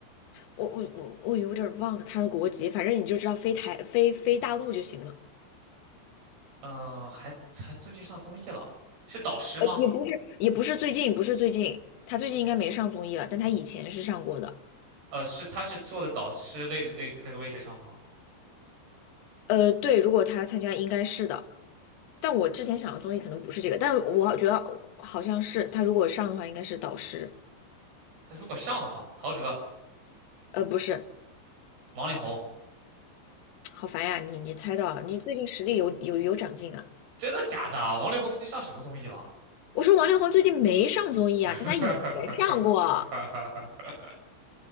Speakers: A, on the left; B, on the right.
A: 我我我我有点忘了他的国籍，反正你就知道非台非非大陆就行了。
B: 呃，还还最近上综艺了，是导师吗？
A: 呃，也不是，也不是最近，不是最近，他最近应该没上综艺了，但他以前是上过的。
B: 呃，是他是坐在导师那那那个位置上吗？
A: 呃，对，如果他参加应该是的，但我之前想的综艺可能不是这个，但我觉得好像是他如果上的话，应该是导师，
B: 他如果上的话，陶喆、
A: 呃，不是，
B: 王力宏，
A: 好烦呀，你你猜到了，你最近实力有有有长进啊。
B: 真的假的？王力宏最近上什么综艺了？
A: 我说王力宏最近没上综艺啊，
B: <laughs>
A: 但他以前上过。